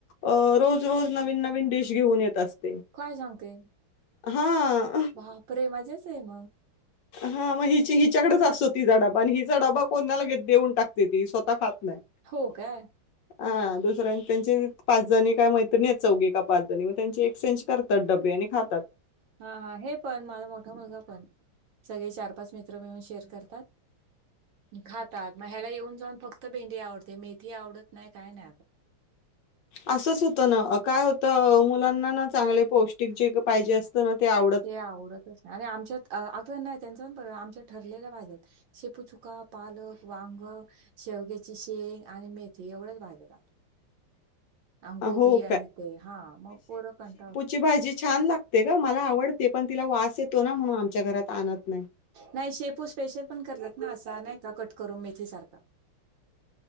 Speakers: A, on the left; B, on the right.
A: अ रोज रोज नवीन नवीन डिश घेऊन येत असते
B: काय सांगते
A: हा
B: बापरे माजाच आहे मग
A: हा मग हि हिच्याकडेच असतो ति डबा आणि हिचा डबा कोणाला घेत देऊन टाकते ती स्वतः खात नाही
B: हो का
A: हा दुसऱ्यां त्यांचे पाच जणी काय मैत्रणी आहेत चौघे का पाच जणी मग त्यांची एक्सचेंज करत. डबे आणि खातात
B: हा हा हे पण माला मोठा मुलगा पण सगळे चार पाच मित्र मिळून शेअर करत खातात ह्याला येऊन जाऊन फक्त भेंडी आवडते मेथी आवडत नाही काय नाही आता
A: असंच होतं ना काय होतं मुलांना ना चांगले पौष्टिक जे पाहिजे अस ते आव
B: ते आवडतच नाही आणि आमच्यात अग नाही त्यांच प आमच्या ठरलेल्या भाज्यात शेपू चुका पालक वांग शेवग्याची शेंग आणि मेथी एवढ्याच भाजत आप अंगोबी
A: अ, हो
B: आणि ते हा मग पोर कंठा असतो
A: तुमची भाजी छान लागते ग मला आवडते पण तिला वास येतो ना म्हणून आमच्या घरात आणत नाही
B: नाही शेपू स्पेशल पण करतात ना असा नाही का कट करून मेथी सारखा